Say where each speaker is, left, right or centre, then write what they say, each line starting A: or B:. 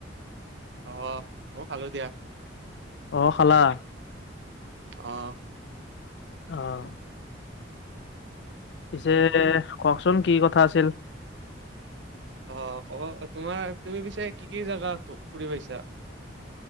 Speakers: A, on the right; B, on the left.
A: অ, মইয়ো খালো দিয়া।
B: অ, খালা?
A: অ',
B: অ', পিছে কওকচোন, কি কথা আছিল?
A: অ, কব তোমাৰ তুমি পিছে কি-কি জাগা ফুৰি পাইছা?